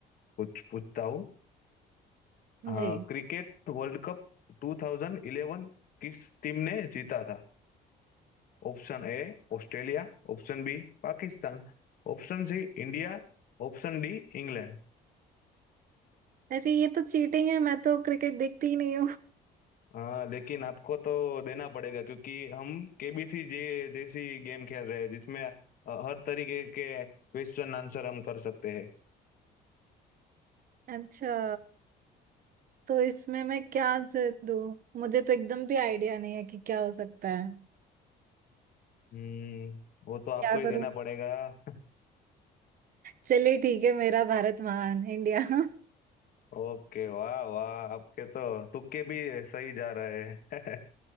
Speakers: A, on the left; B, on the right.
A: कुछ पूछता हूँ हाँ
B: जी
A: क्रिकेट वर्ल्ड कप 2011 किस टीम ने जीता था Option A Australia option B Pakistan option C India option D England
B: अरे ये तो चीटिंग है मैं तो क्रिकेट देखती ही नहीं
A: हाँ लेकिन आपको तो देना पड़ेगा क्योंकि हम केबीसी जे जैसी गेम खेल रहे हैं जिसमें अ, हर तरीके के क्वेश्चन आंसर हम कर सकते हैं
B: अच्छा तो इसमें मैं क्या आंसर दूँ मुझे तो एकदम भी आइडिया नहीं है कि क्या हो सकता है
A: हम्म वो तो आपको
B: क्या
A: ही
B: करूँ
A: देना पड़ेगा <laughs>
B: चलिए ठीक है मेरा भारत महान इंडिया <laughs>
A: ओके वाह वाह आपके तो तुक्के भी सही जा रहे हैं